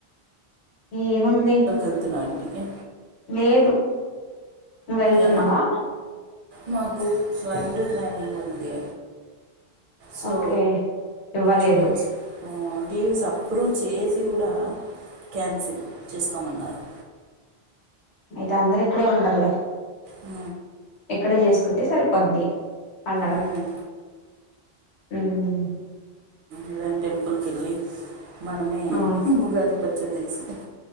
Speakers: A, on the left; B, on the right.
A: ఏముంది
B: వెళ్తున్నావు ఇంటికి
A: లేదు ను వెళ్తున్నావా
B: ఏ మాకు ఫ్లైట్ ట్రైనింగ్ ఉంది సో
A: ఓకే ఇవ్వలేదు
B: ఛాన్స్ లీవ్స్ అప్రూవ్ చేసి కూడా క్యాన్సిల్ చేసుకోమన్నారు
A: అయితే అందరు ఇక్కడే ఉంటర్లే
B: ఉ
A: ఇక్కడ చేసుకుంటే సరిపోద్ది పండగ
B: ఉమ్,
A: మ్
B: ఇదన్ టెంపుల్కి వెళ్ళి మనమే
A: ఆ
B: ఉగాది పచ్చ అ